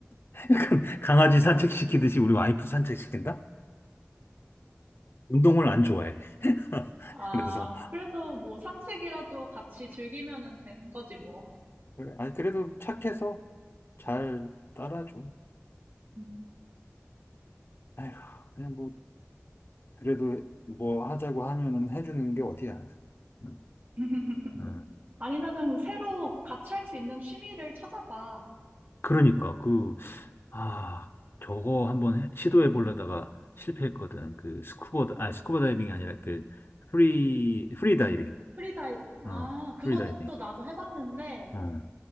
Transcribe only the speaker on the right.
아,
그래도 뭐 산책이라도 같이 즐기면은 되는 거지 뭐.
음.
<laughs>
아니면은 새로 같이 할 수 있는 취미를 찾아봐.
프리다이빙. 아,
그것도
나도 해봤는데